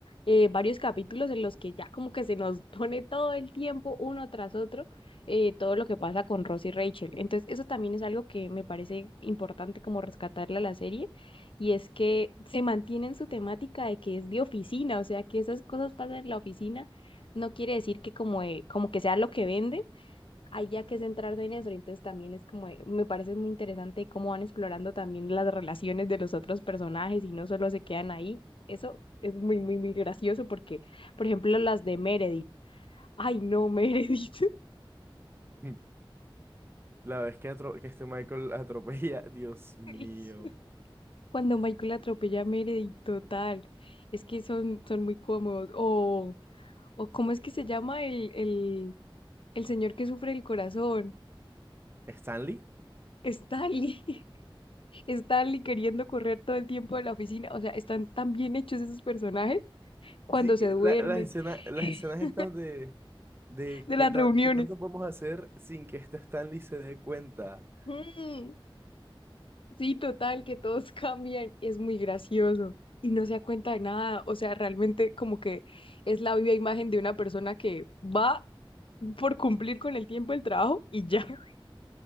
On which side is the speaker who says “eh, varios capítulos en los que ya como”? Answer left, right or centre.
Left